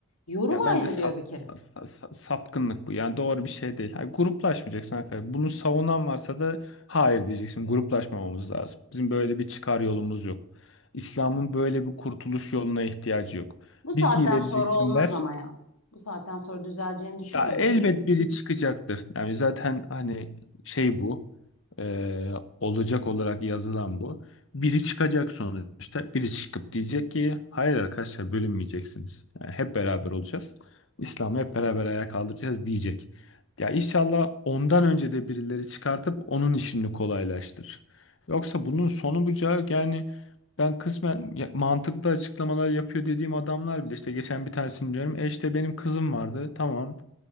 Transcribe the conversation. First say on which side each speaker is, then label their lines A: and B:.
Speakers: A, on the left (about 85°); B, on the left (about 60°).
A: Yorum
B: Ya bence
A: ayrılıyor
B: sap,
A: bir kere.
B: sa- sa- sapkınlık bu. Yani doğru bir şey değil. Hayır, gruplaşmayacaksın arkadaşlar. Bunu savunan varsa da hayır diyeceksin. Gruplaşmamamız lazım. Bizim böyle bir çıkar yolumuz yok. İslam'ın böyle bir kurtuluş yoluna ihtiyacı yok.
A: Bu saatten
B: Bilgiyi vereceksin
A: sonra olmaz
B: ver.
A: ama ya. Bu saatten sonra düzeleceğini düşünmüyorum.
B: Ya elbet
A: Çünkü
B: biri çıkacaktır. Yani zaten hani şey bu e, olacak olarak yazılan bu. Biri çıkacak sonuçta. Biri çıkıp diyecek ki hayır arkadaşlar bölünmeyeceksiniz. Yani hep beraber olacağız. İslam'ı hep beraber ayağa kaldıracağız diyecek. Ya inşallah ondan önce de birileri çıkartıp onun işini kolaylaştırır. Yoksa bunun sonu bucağı yani ben kısmen ya- mantıklı açıklamalar yapıyor dediğim adamlar bile işte geçen bir tanesini diyorum. E işte benim kızım vardı. Tamam.